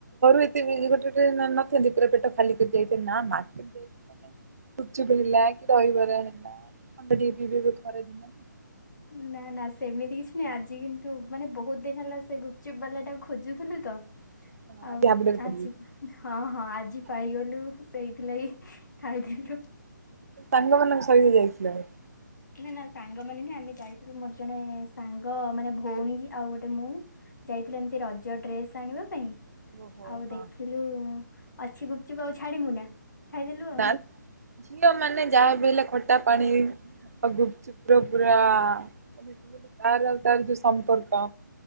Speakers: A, on the right (about 50°); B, on the left (about 65°).
A: ଏତେ ଗୋଟେ ଗୋଟେ ନ ନଥାନ୍ତି ପୁରା ପେଟ ଖାଲି କରି ନ ଥାନ୍ତି ନା ନା। ଗୁପ ଚୁପ କି ଦହିିବରା ହେଲା ଥଣ୍ଡା ଟିକେ ପିଦବ ଖରା ଦିନ ନା।
B: ନା ନା ସେମିତି କିଛି ନାହିଁ ଆଜି କିନ୍ତୁ ମାନେ ବହୁତ ଦିନ ହେଲା ସେ ଗୁପଚୁପ୍ ବାଲା ଟାକୁ ଖୋଜୁଥିଲୁ ତ।
A: <inaudible>
B: ଆଉ
A: ଝାବୁଡାରେ ପଡିଯାଇଛି
B: ଆଜିି ବା ହଁ ହଁ ଆଜି ପାଇଗଲୁ ସେଇଥିଲାଗି ଖାଇଥିଲୁ।
A: ସାଙ୍ଗ ମାନଙ୍କ ସହିତ ଯାଇଥିଲା ଆଉ।
B: ନା ନା ସାଙ୍ଗ ମାନେ ନୁଏ ଆମେ ଯାଇଥିଲୁ ମୋର ଜଣେ ସାଙ୍ଗ ମାନେ ଭଉଣୀ ଆଉ ଗୋଟେ ମୁଁ ଯାଇଥିଲୁ ଏମତି ରଜ ଡ୍ରେସ ଆଣିବା ପାଇଁ
A: ଓହୋ।
B: ଆଉ
A: ହଁ।
B: ଦେଖିଲୁ ଅଛି ଗୁପଚପ ଆଉ ଛାଡ଼ମୁଁ ନା ଖାଇଦେଲୁ ଆଉ।
A: ନା ଝିଅ ମାନେ ଯାହାବି ହେଲେ ଖଟା ପାଣି ଆଉ ଗୁପଚୁପର ପୁରା <unintelligible> ତାର ଆଉ ତାର ଯୋଉ ସମ୍ପର୍କ